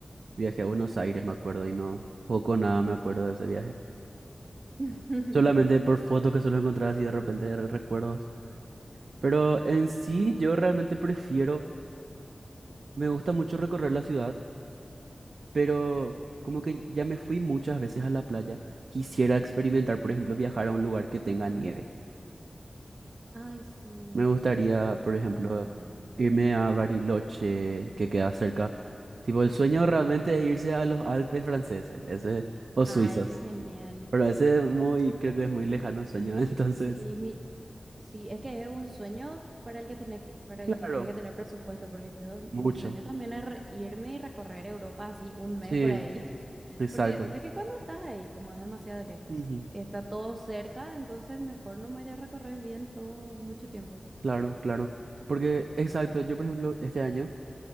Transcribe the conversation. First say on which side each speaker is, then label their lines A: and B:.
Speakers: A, on the right; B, on the right.
A: Viajé a Buenos Aires, me acuerdo, y no, poco o nada me acuerdo de ese viaje.
B: <laughs>
A: Solamente por fotos que suelo encontrar así de repente re- recuerdos. Pero en sí, yo realmente prefiero, me gusta mucho recorrer la ciudad, pero como que ya me fui muchas veces a la playa. Quisiera experimentar, por ejemplo, viajar a un lugar que tenga nieve.
B: Ay, sí,
A: Me gustaría, por
B: yo
A: ejemplo,
B: también.
A: irme a Bariloche, que queda cerca. Tipo, el sueño realmente es irse a los Alpes franceses, ese, o
B: Ay,
A: suizos.
B: qué genial.
A: Pero ese es muy, creo que es muy lejano el sueño,
B: S-
A: <laughs> entonces,
B: Sí, mi, sí, es que es un sueño para el que tenés que, para el
A: claro,
B: que tenés que tener presupuesto, porque yo,
A: mucho.
B: mi sueño también es re- irme y recorrer Europa así un mes
A: Sí,
B: por ahí. <laughs>
A: exacto.
B: Porque ves que cuando estás ahí, como es demasiado lejos,
A: Ujú,
B: está todo cerca, entonces mejor nomás ya recorres bien todo mucho tiempo.
A: Claro, claro. Porque, exacto, yo por ejemplo, este año